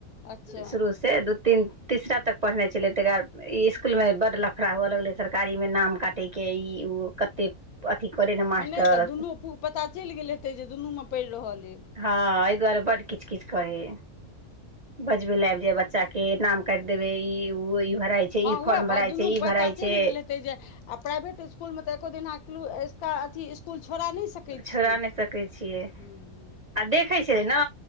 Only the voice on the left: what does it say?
अच्छा
हँ नहि तऽ दुनू पता चइल गेल हेतै जे दुनूमे पइड़ रहल अइ
हँ
उएह
बात दुनू
पता
चइल
गेलै हैते आ प्राइवेट इस्कुल मे तऽ एको दिन अथी स् <unintelligible> इसकुल छोड़ा नहि सकै
छी हुँ